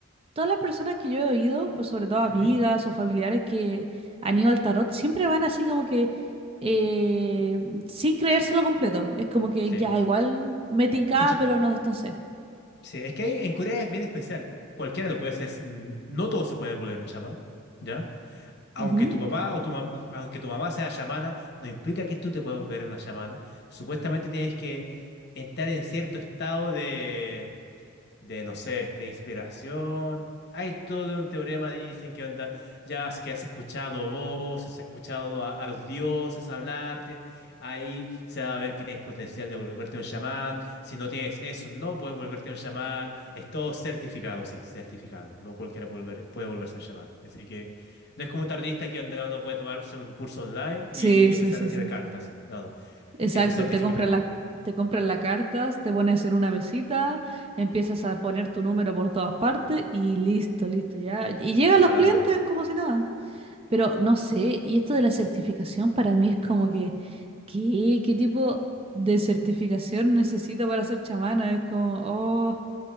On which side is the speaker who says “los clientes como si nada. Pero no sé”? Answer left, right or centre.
Right